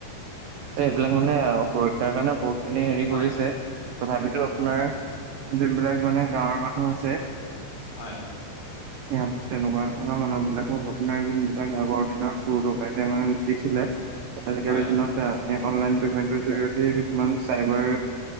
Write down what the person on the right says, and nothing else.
এইবিলাক মানে সুৰক্ষাৰ কাৰণে বহুত খিনি হেৰি
কৰিছে, তথাপিতো আপোনাৰ
যোনবিলাক মানে গাঁৱৰ মানুহ আছে
<inaudible> তেনেকুৱা ধৰণৰ মানুহবিলাকৰ <unintelligible> আগৰ দিনৰ চোৰ ডকাইতে মানে লোতিছিলে আজিকালি
দিনত এ, অনলাইন পেমেন্টৰ জৰিয়তে কিছুমান চাইবাৰ